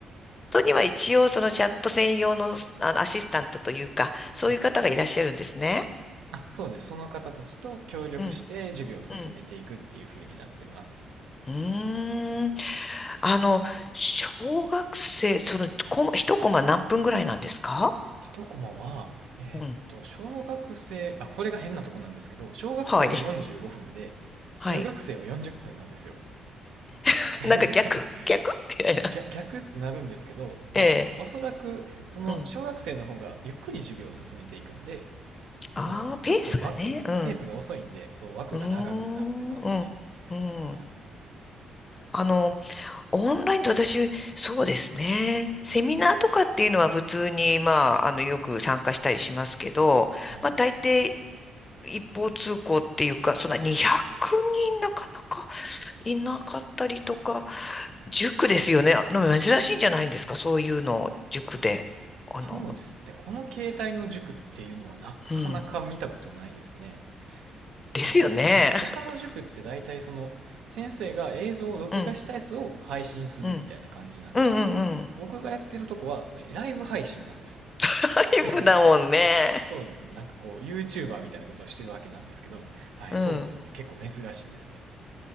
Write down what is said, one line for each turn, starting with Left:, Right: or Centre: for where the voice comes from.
Left: 本当には一応、そのチャット専用の、あの、アシスタントというか、そういう方がいらっしゃるんですね。
Right: はい。あ、そうです。その方たちと協力して授業を進めていくっていう風になってます。
Left: うん、うん。うーん。あの、小学生、その、コマ、一コマ何分ぐらいなんですか
Right: 一コマは、えーっと、
Left: うん。
Right: 小学生、あ、これが変なとこなんですけど、小学生は45分で、
Left: はい。
Right: 中学生は40分なんですよ。
Left: はい。<laughs>
Right: <laughs>
Left: なんか逆、逆みたいな。
Right: 逆、逆ってなるんですけど、まあ、
Left: ええ。
Right: おそらく、その、
Left: うん。
Right: 小学生の方がゆっくり授業を進めていくんで、
Left: ああ、
Right: その、
Left: ペースがね。
Right: ちょっと枠が、
Left: うん。
Right: ペースが遅いんで、そう、枠が長くなってますね。
Left: うーん。うん。うん。
Right: はい。
Left: あの、オンラインで私、そうですね。セミナーとかっていうのは普通に、まあ、あの、よく参加したりしますけど、
Right: はい。
Left: まあ、大抵一方通行っていうか、そんな200人なかなか。いなかったりとか、塾ですよね。あの珍しいんじゃないんですかそういうの、塾で。あの、
Right: そうですね。この形態の塾っていうのはなかなか見たことないですね。
Left: うん。ですよね。
Right: まあ、ほ、はい。他の塾って大体その先生が映像を録画したやつを配信するみたいな感じなんですけど、
Left: <laughs> うん、うん、うん、うん、うん。
Right: 僕がやってるとこはライブ配信なんですよ。
Left: 外部だもんね。
Right: <laughs> そう、そうですね。なんかこう YouTuber みたいなことをしてるわけなんですけど、はい、
Left: うん。
Right: そうですね。結構珍しいですね。